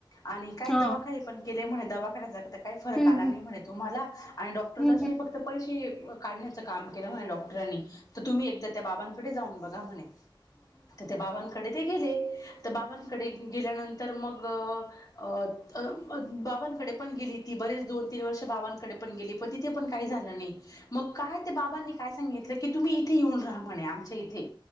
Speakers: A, on the left (about 45°); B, in the centre.
A: आणि काय
B: हा
A: दवाखाने पण केले म्हणे दवाखान्याचा तर काही फरक
B: हम्म
A: आला नाही
B: हम्म
A: म्हणे. तुम्हाला आणि डॉक्टर
B: हा
A: ते फक्त पैसे काढण्यात काम केलं म्हणे डॉक्टरांनी. तर तुम्ही एकदा त्या बाबांकडे जाऊन बघा म्हणे. तर ते बाबांकडे ते गेले, तर बाबांकडे गेल्यानं तर मग अ अं बाबांकडे पण गेली ती बरेच दोन तीन वर्ष बाबांकडे गेली. पण तिथेपण काही झालं नाही, मग काय ते बाबांनी काय सांगितलं की तुम्ही इथे येऊन राहा म्हणे आमच्या इथे.